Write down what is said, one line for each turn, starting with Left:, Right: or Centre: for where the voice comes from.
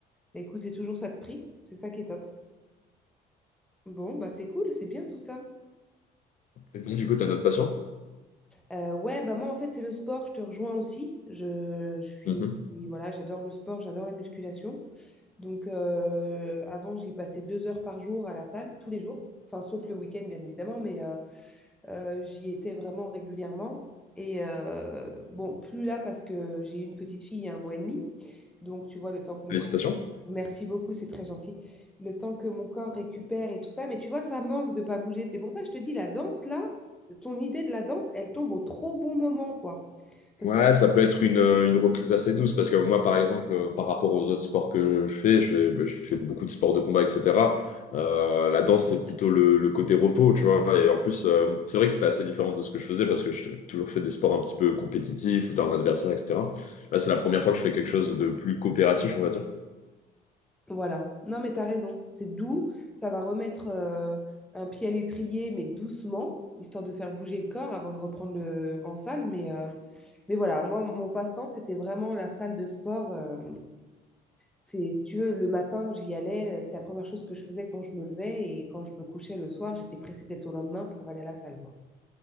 Centre: Bah écoute, c'est toujours ça de prix. C'est ça qui est top. Bon, bah c'est cool, c'est bien tout ça.
Left: Du coup, tu as d'autres passions?
Centre: Euh, ouais, bah moi en fait, c'est le sport, je te rejoins aussi. Je, je suis,
Left: Mhm.
Centre: voilà, j'adore le sport, j'adore la musculation. Donc euh, avant, j'y passais deux heures par jour à la salle, tous les jours. Enfin, sauf le week-end, bien évidemment, mais euh, euh, j'y étais vraiment régulièrement. Et euh, bon, plus là parce que j'ai eu une petite fille il y a un mois et demi. Donc, tu vois, le temps que mon
Left: Félicitations.
Centre: corps... Merci beaucoup, c'est très gentil. Le temps que mon corps récupère et tout ça, mais tu vois, ça manque de pas bouger. C'est pour ça que je te dis, la danse, là, ton idée de la danse, elle tombe au trop bon moment, quoi. Parce
Left: Ouais,
Centre: que,
Left: ça peut être une, euh, une reprise assez douce parce que moi, par exemple, euh, par rapport aux autres sports que je fais, je fais, bah, je fais beaucoup de sports de combat, etc. Euh, la danse, c'est plutôt le, le côté repos, tu vois. Et en plus, euh, c'est vrai que c'était assez différent de ce que je faisais parce que j'ai toujours fait des sports un petit peu compétitifs où t'as un adversaire, etc. Là, c'est la première fois que je fais quelque chose de plus coopératif, on va dire.
Centre: voilà. Non, mais t'as raison. C'est doux, ça va remettre euh, un pied à l'étrier, mais doucement, histoire de faire bouger le corps avant de reprendre le... en salle. Mais, euh, mais voilà, moi, mon passe-temps, c'était vraiment la salle de sport. euh, C'est, si tu veux, le matin, j'y allais, euh, c'était la première chose que je faisais quand je me levais et quand je me couchais le soir, j'étais pressée d'être au lendemain pour aller à la salle, quoi.